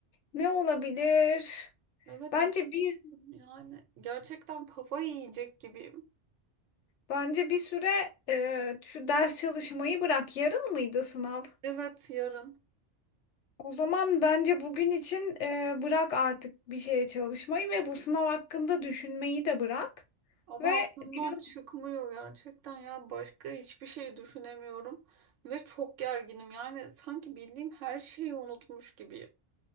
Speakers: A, on the left; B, on the right.
A: Ne olabilir?
B: Evet
A: Bence
B: ne
A: bir
B: yani gerçekten kafayı yiyecek gibiyim.
A: bence bir süre e, şu ders çalışmayı bırak. Yarın mıydı sınav?
B: Evet yarın
A: O zaman bence bugün için e, bırak artık bir şeye çalışmayı ve bu sınav hakkında düşünmeyi de bırak.
B: ama
A: Ve
B: aklımdan
A: biraz
B: çıkmıyor gerçekten ya başka hiçbir şey düşünemiyorum ve çok gerginim. Yani sanki bildiğim her şeyi unutmuş gibiyim.